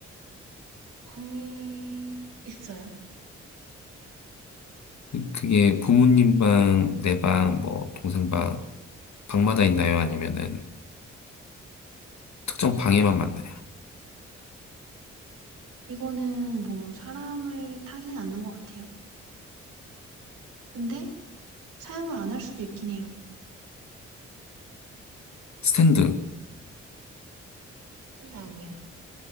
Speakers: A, on the right; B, on the left.
A: 방에 있어요?
B: 그, 그게 부모님 방, 내 방, 뭐, 동생 방, 방마다 있나요? 아니면은 특정 방에만 만나요?
A: 이거는 뭐, 사람을 타진 않는 것 같아요. 근데, 사용을 안 할 수도 있긴 해요.
B: 스탠드,
A: 스탠드 아니야.